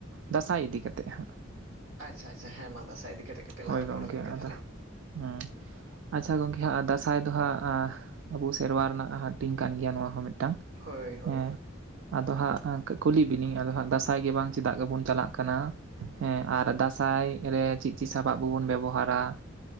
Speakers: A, on the right (about 65°); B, on the right (about 80°).
A: ᱫᱟᱸᱥᱟᱭ ᱤᱫᱤ ᱠᱟᱛᱮᱜ ᱦᱟᱸᱜ
B: ᱟᱪᱷᱟ ᱟᱪᱟ ᱦᱮᱸ ᱢᱟ ᱫᱟᱸᱥᱟᱭ ᱤᱫᱤ ᱠᱟᱛᱮ ᱠᱟᱴᱤᱡ ᱞᱟᱝ
A: ᱦᱳᱭ
B: ᱨᱚᱯᱚᱲ
A: ᱜᱚᱝᱠᱮ
B: ᱞᱮᱱ ᱜᱮ ᱛᱟᱦᱚᱞᱮ
A: ᱦᱮᱸ ᱟᱪᱷᱟ ᱜᱚᱝᱠᱮ ᱦᱟᱸᱜ ᱫᱟᱸᱥᱟᱭ ᱫᱚ ᱦᱟᱸᱜ ᱟᱵᱚ ᱥᱮᱨᱣᱟ ᱨᱮᱱᱟᱜ ᱦᱟᱹᱴᱤᱧ ᱠᱟᱱ ᱜᱮᱭᱟ ᱱᱚᱣᱟ ᱦᱚᱸ ᱢᱤᱫᱴᱟᱝ
B: ᱦᱳᱭ ᱦᱳᱭ
A: ᱢᱤᱫᱴᱟᱝ ᱮᱸ ᱟᱫᱚ ᱦᱟᱸᱜ ᱠᱩᱞᱤ ᱵᱱᱟᱹᱤᱧ ᱟᱫᱚ ᱦᱟᱸᱜ ᱫᱟᱸᱥᱟᱭ ᱜᱮ ᱵᱟᱝ ᱪᱮᱫᱟᱜ ᱜᱮᱵᱚᱱ ᱪᱟᱞᱟᱜ ᱠᱟᱱᱟ ᱦᱮᱸ ᱟᱨ ᱫᱟᱸᱥᱟᱭ ᱨᱮ ᱪᱮᱫ ᱪᱮᱫ ᱥᱟᱯᱟᱵ ᱠᱚᱵᱚᱱ ᱵᱮᱵᱚᱦᱟᱨᱟ